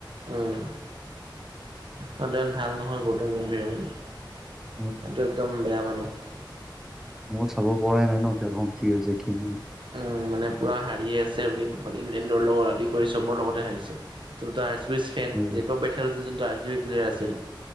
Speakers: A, on the right (about 80°); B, in the centre.
A: উম' মানুহতো ইমান ভাল নহয়, গৌতম গম্ভীৰ মানে।
B: উম
A: এইটো একদম বেয়া মানুহ।
B: মই চাব পৰাই নাই ন, খেলখন কি হৈছে কি নাই।
A: উম' মানে পুৰা হাৰিয়ে আছে গেমখনি, ইংলেণ্ডৰ লগত আদি কৰি চবৰ লগতে হাৰিছে। এইটো দা আৰ চিবি খেল,
B: এই
A: জেকব বেথেল যিজন the R C B player আছিল,